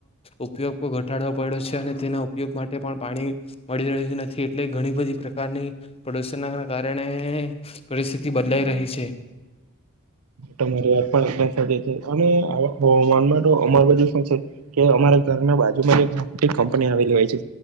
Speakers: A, on the left; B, on the right.
A: ઉપયોગ પણ ઘટાડવો પડ્યો છે અને તેના ઉપયોગ માટે પણ પાણી, મળી રહ્યું છે. એટલે ઘણી બધી પ્રકારની, પ્રદુષણના કારણે પરિસ્થિતિ બદલાઈ રહી છે.
B: રી વા પણ અને હન અમાર બાજુ શું છે કે અમારા ઘરના બાજુમાં કંપની આવેલી હોય છે